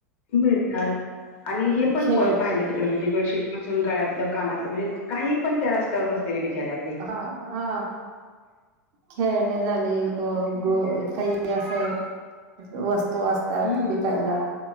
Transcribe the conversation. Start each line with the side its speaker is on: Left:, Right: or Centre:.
Left: मिळतात हे आणि हे पण
Right: खेळ
Left: पाहितात तिकडं म्हणजे बेडशीट पासून गाळ्यातलं कानातलं म्हजे काही पण त्या रस्त्यावर बसलेले बिचारे आप-
Right: हा हा खेळणे झाले अ
Left: तर ते
Right: ग
Left: त्यांना
Right: काई- ते असं वस्तू असं तात
Left: हं,
Right: विकायला